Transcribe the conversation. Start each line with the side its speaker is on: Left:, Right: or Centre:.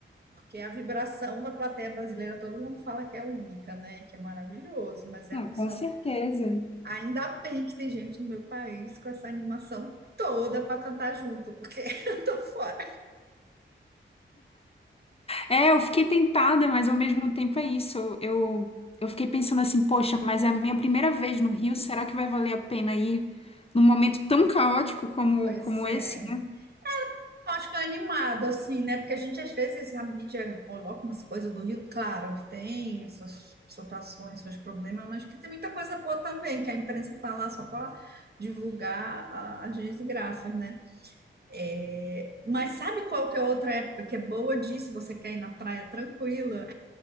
Right: Porque a vibração da plateia brasileira, todo mundo fala que é única, né? Que é maravilhoso, mas é
Left: Não,
Right: a pessoa.
Left: com certeza.
Right: Ainda bem que tem gente no meu país com essa animação toda para cantar junto, porque <laughs> eu tô fora.
Left: É, eu fiquei tentada, mas ao mesmo tempo é isso. Eu, eu, eu fiquei pensando assim, poxa, mas é a minha primeira vez no Rio, será que vai valer a pena ir num momento tão caótico como,
Right: Pois
Left: como
Right: é.
Left: esse, né?
Right: Eu acho que é animado, assim, né? Porque a gente, às vezes, a mídia coloca umas coisas do Rio, claro, tem essas situações, seus problemas, mas que tem muita coisa boa também, que a imprensa tá lá só para divulgar a- as desgraças, né? É, Mas sabe qual que é outra época que é boa de ir, se você quer ir na praia tranquila?